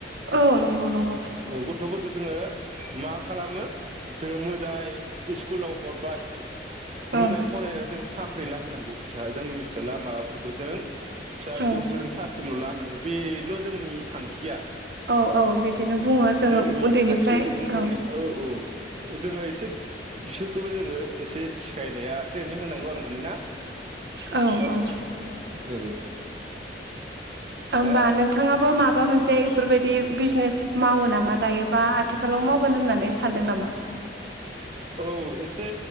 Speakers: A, on the right; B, on the right.
A: औ नंगौ नंगौ
B: औ गथ'फोरखो जोङो मा खालामो जोङो मोजाय इस्कुलाव हरबाय मोजाङै
A: ओं
B: फरायनानै जों साख्रि ला होनांगौ। फिसा जोंनि फिसाला माबाफोरखौ जों-' फिसा
A: औ
B: फिसौफोरखो जों साख्रिल' ला होनां ओ बेल' जोंनि थांखिया।
A: औ औ बिदिनो बुङो जोङो
B: जोंनि
A: उन्दैनिफ्राय
B: खायसे सुबुंफोरनि
A: औ।
B: औ जोङो एसे बिसोरखौबो जोङो एसे सिखायनाया ट्रेनिं होनांगौ आरो माने ना?
A: औ औ।
B: औ
A: ओमबा
B: दा
A: नोंथाङाबो माबा मोनसे एसे बेफोरबायदि बिजनेस मावो नामा दायोबा आथिखालाव मावगोन होननानै सानदों नामा?
B: औ एसे